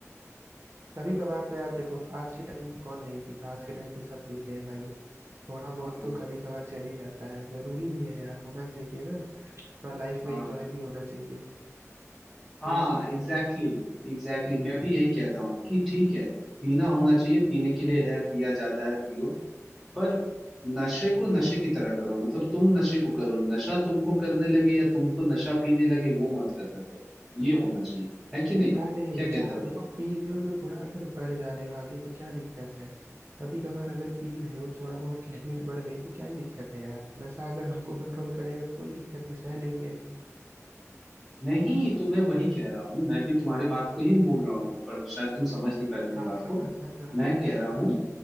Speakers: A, on the right (about 55°); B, in the centre.
A: कभी कभार तो यार देखो आज के टाइम पे कौन नहीं पीता आज के टाइम पे सब पीते हैं भाई थोड़ा बहुत
B: हम्म
A: तो कभी कभार चल ही जाता है जरूरी भी है यार होना चाहिए ना थोड़ा लाइफ में
B: हाँ
A: एंजॉय भी होना चाहिए
B: हाँ
A: वही चीज
B: एग्जैक्टली
A: है
B: एग्जैक्टली मैं भी यही कहता हूँ कि ठीक है पीना होना चाहिए पीने के लिए है पिया जाता है पियो पर नशे को नशे की तरह करो मतलब तुम नशे को करो नशा तुमको करने लगे या तुमको नशा पीने लगे वो मत करना करो ये होना चाहिए है कि नहीं
A: अरे
B: क्या कहते
A: यार
B: हो
A: देखो पी रहे हो तो थोड़ा अगर बढ़ जा रहे हो आगे तो क्या दिक्कत है कभी कभार अगर पी रहे हो थोड़ा बहुत लिमिट बढ़ गई तो क्या ही दिक्कत है यार नशा अगर हमको कंट्रोल करेगा कोई दिक्कत नहीं सह लेंगे
B: नहीं तो मैं वही कह रहा हूँ मैं भी तुम्हारी बात को ही बोल रहा हूँ पर शायद तुम समझ नहीं पाए मेरी
A: हाँ
B: बात को
A: हाँ
B: मैं कह
A: हाँ
B: रहा हूँ